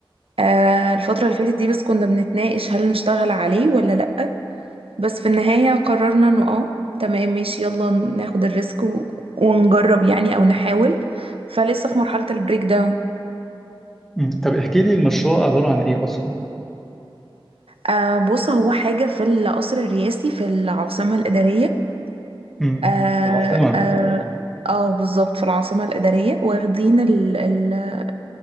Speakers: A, on the right (about 85°); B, in the centre.
A: آه الفترة اللي فاتت دي بس كنا بنتناقش هل نشتغل عليه ولا لا بس في النهاية قررنا انه اه تمام ماشي يلا ناخد الريسك و- ونجرب يعني او نحاول فلسه في مرحلة البريك داون
B: مم. طب احكي لي المشروع عباره عن ايه اصلا
A: آه بص هو حاجة في القصر الرئاسي في العاصمة الإدارية
B: مم.
A: اه
B: العاصمه
A: اه آه، بالظبط في العاصمة الإدارية واخدين ال- ال-